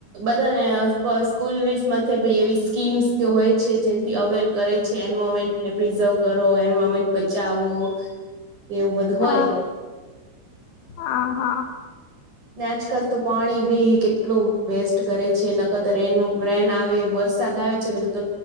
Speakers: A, on the right; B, on the left.
A: બધાને સ્કૂલ વિઝ માથેબી એવી સ્કીમ્સ કે હોય છે જેથી અવેર. કરે છે એન્વાયરોમેન્ટને પ્રિઝર્વ કરો એન્વાયરમેન્ટ બચાવો. એવું બધું
B: હા
A: હોય
B: હા હા.
A: ને આજકાલ તો પાણી બી કેટલું વેસ્ટ કરે છે નકત રેન રેન આવે વરસાદ આવે. છેદરત